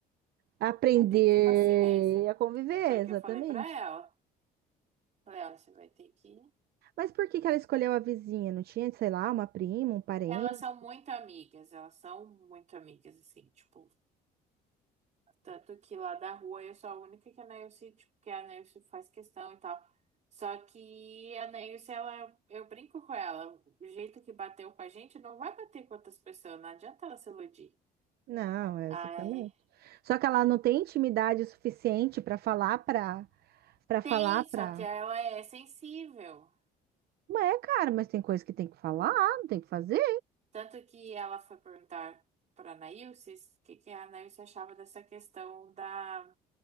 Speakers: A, on the right (about 70°); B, on the right (about 45°).
A: aprender
B: Vai ter que ter paciência.
A: a conviver,
B: Foi o
A: exatamente.
B: que eu falei pra ela. Falei, olha, você vai ter que.
A: Mas por que que ela escolheu a vizinha? Não tinha, sei lá, uma prima, um parente?
B: Elas são muito amigas, elas são muito amigas, assim, tipo. Tanto que lá da rua eu sou a única que a Neilce, tipo, que a Neilce faz questão e tal. Só que a Neilce, ela, eu brinco com ela. O jeito que bateu com a gente não vai bater com outras pessoas, não adianta ela se iludir.
A: Não, é
B: Ai,
A: exatamente. Só que ela não tem intimidade suficiente para falar para para falar
B: tem,
A: para.
B: só que ela é sensível.
A: é, cara, mas tem coisa que tem que falar, não tem que fazer.
B: Tanto que ela foi perguntar pra Neilce o que que a Neilce achava dessa questão da.